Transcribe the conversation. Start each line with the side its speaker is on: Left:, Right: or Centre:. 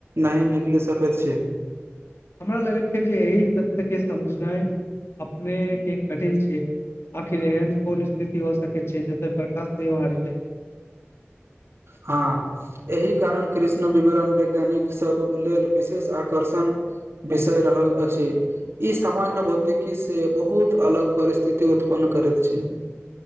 Right: नहि निकलि सकैत छैय।
Left: हमरा लागैत छैय जे एहि तथ्य के समझनाय अपने के कठिन छैय। आखिर एहन कोन स्थिति भ सकै छैय जतय प्रकाश सेहो हारि जाय।
Right: हाँ। एहि कारण कृष्णा विवरण वैज्ञानिक सभ लेल विशेष आकर्षण विषय रहल अछि। इ सामान्य भौतिकी से बहुत अलग परिस्थिति उत्पन्न करैत छैय।